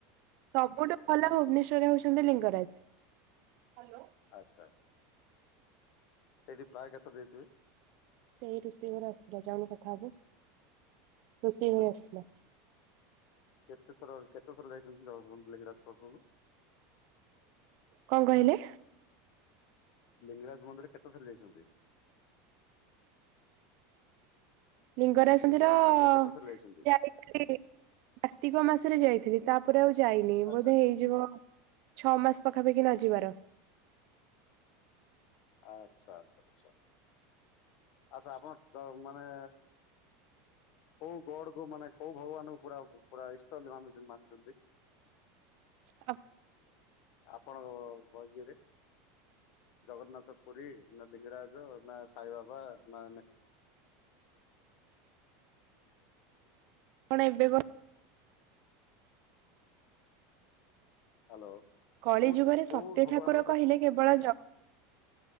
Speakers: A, on the right (about 55°); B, on the left (about 50°).
A: ସବୁଟୁ ଭଲ ଭୁବ୍ନେଶ୍ଵରରେ ହଉଛନ୍ତି ଲିଙ୍ଗରାଜ୍‌।
B: <inaudible>
A: ସେଇ ରୁଷେଇ ଘରେ ଆ---ଲା ଯାଉନୁ କଥା ହବୁ, ରୋଷେଇ ଘରେ
B: ଆଁ
A: ଆ--ଥୁଲା।
B: <inaudible>
A: କ'ଣ କହିଲେ?
B: ଲିଙ୍ଗରାଜ୍‌ ମନ୍ଦିର କେତେ ଯାଇଚନ୍ତି?
A: ଲିଙ୍ଗରା କାର୍ତ୍ତିକ
B: ଲିଙ୍ଗରାଜ ମନ୍ଦିର କେତେ ଥର ଯାଇଛନ୍ତି?
A: ମାସରେ ଯାଇଥିଲି। ତା'ପରେ ଆଉ ଯାଇନି
B: ଆଚ୍ଛା
A: ବୋଧେ ହେଇଯିବ ଛଅ ମାସ୍‌ ପାଖାପାଖି ନ ଯିବାର।
B: <inaudible> ଆଚ୍ଛା, ଆପଣ ମାନେ କଉ ଗଡ୍‌କୁ ମାନେ କଉ ଭଗବାନ କୁ ପୁରା ଇଷ୍ଟ ବୋଲି ମାନି--ନ୍ତି।
A: ହ
B: ଆପଣ ବଗିରେ ଜଗନ୍ନାଥ ପୁରୀ, ନା ଲିଙ୍ଗିରାଜ ନା, ସାଇବାବା ନା <inaudible>
A: କଣ ଏବେ
B: <inaudible>
A: କଳି ଯୁଗରେ ସତ୍ୟ ଠାକୁର କହିଲେ କେବଳ ଜ